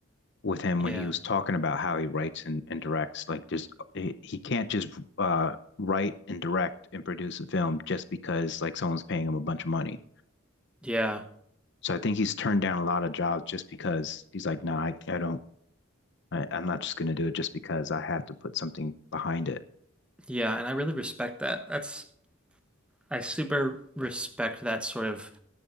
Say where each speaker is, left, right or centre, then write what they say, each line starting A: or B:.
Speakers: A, on the left; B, in the centre.
A: with him
B: Yeah.
A: when he was talking about how he writes and, and directs. Like there's he he can't just uh write and direct and produce a film just because like someone's paying him a bunch of money.
B: Yeah.
A: So I think he's turned down a lot of jobs just because he's like, no, I, I don't I, I'm not just going to do it just because I have to put something behind it.
B: Yeah, and I really respect that. That's I super respect that sort of